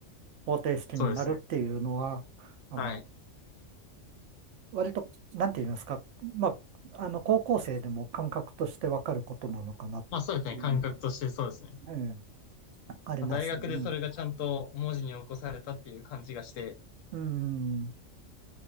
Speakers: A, on the right (about 70°); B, on the left (about 80°).
A: 方程式になるっていうのは、
B: そうですね。
A: あの、
B: はい。
A: 割と、なんて言いますか、まあ、あの、高校生でも感覚としてわかることなのかなっていうのは、
B: まあそうですね。感覚としてそうですね。
A: ね、ありますよね。
B: まあ大学でそれがちゃんと文字に起こされたっていう感じがして。
A: うん。うん